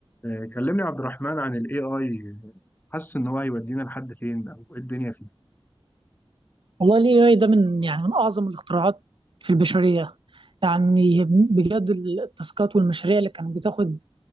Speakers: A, on the left; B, on the right.
A: آه، كلمني يا عبد الرحمن عن ال AI حاسس إن هو هيودينا لحد فين أو إيه الدنيا فيه؟
B: والله ال AI ده من يعني من أعظم الاختراعات في البشرية يعني بجد التاسكات والمشاريع اللي كانت بتاخد